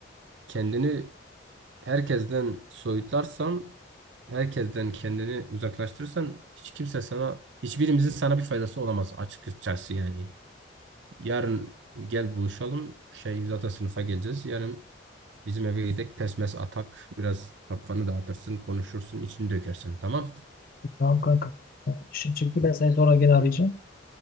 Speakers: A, on the right; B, on the left.
A: kendini herkesten soyutlarsan, herkesten kendini uzaklaştırırsan hiç kimse sana, hiçbirimizin sana bir faydası olamaz açıkçası yani. Yarın gel buluşalım. Şey zaten sınıfa geleceğiz. Yarın bizim eve gidelim. Pesmes atak. Biraz kafanı dağıtırsın, konuşursun, içini dökersin. Tamam.
B: Tamam kanka. İşin çıktı ben seni sonra gene arayacağım.